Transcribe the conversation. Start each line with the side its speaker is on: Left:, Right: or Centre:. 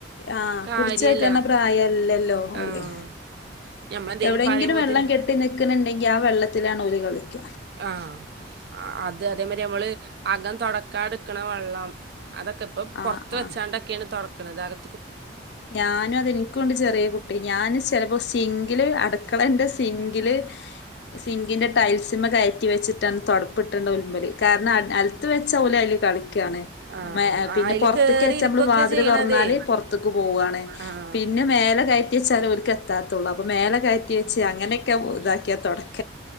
Left: ആഹ്
Right: കാര്യല്ല
Left: പിടിച്ച വെക്കണ്ട പ്രായല്ലല്ലോ
Right: ആഹ്
Left: ഓലെ
Right: ഞമ്മളെന്തേലും
Left: എവിടെയങ്കിലും
Right: പറയുമ്പോത്തിന്
Left: വെള്ളം കെട്ടി നിക്കണണ്ടെങ്കിൽ ആ വെള്ളത്തിലാണ് ഓല് കളിക്ക
Right: ആഹ് ആഹ് അത് അതേമാരി നമ്മൾ അകം തൊടക്കാന്ട്ക്ക്ണ വെള്ളം അതൊക്കെ
Left: ആ
Right: പുറത്ത് വെച്ചാണ്ടൊക്കെണ്
Left: ആ
Right: തൊട്ക്ക്ണത് അത്
Left: ഞാനും അതെനിക്കുണ്ട് ചെറിയ കുട്ടി ഞൻ ചെലപ്പോ സിൻ സിൻങ്കില് അടുക്കളന്റെ സിങ്കിൽ സിങ്കിൻ്റെട് ടൈൽസിമ്മ കയറ്റി വെച്ചിട്ടാണ് തൊട്പ്പ് പ്പൾ കാരണം നെലത്ത് വെച്ച ഓല് അതില് കളിക്കാണ്
Right: ആഹ്
Left: പിന്നെ
Right: അയില്
Left: പൊറത്തൊക്കെച്ചാ
Right: കേറി ഇരിക്കൊക്കെ
Left: നമ്മള് വാതില്
Right: ചെയ്യണതേ
Left: തൊറന്നാല് പുറത്തക്ക് പോവാണ്
Right: ആഹ്
Left: പിന്നെ മേലെ കയ്റ്റി കെറ്റി വേച്ചാൽ ഓല്ക്ക്എതാത്തുള്ളൂ അപ്പോം മേലെ കയറ്റി വെച്ച് അങ്ങനെയൊക്കെ ഇതാക്കിയ തൊടക്ക